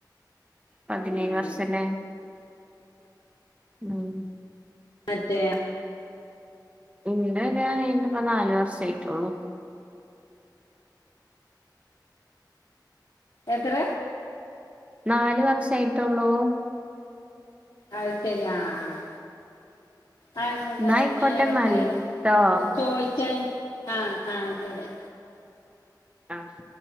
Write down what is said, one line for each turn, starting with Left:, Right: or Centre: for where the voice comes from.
Right: പതിനേഴ്
Left: ഉം
Right: വർഷല്ലേ ഉം
Left: മറ്റേ
Right: ഇന്റെ കല്യാണം കയ്ഞ്ഞിട്ട്പ്പ നാല് വർഷം ആയിട്ടോള്ളൂ
Left: എത്ര?
Right: നാല് വർഷായിട്ടോള്ളൂ
Left: അത് ശരി ആഹ് ആഹ് ആഹ് അത് എന്താന്നറിയോ
Right: ന്നാ ആയിക്കോട്ടെ
Left: ഞാൻ എടക്ക്
Right: എന്നാല് ട്ടോ
Left: ചോയ്ക്കാൻ ആഹ് ആഹ് <unintelligible>
Right: ആഹ്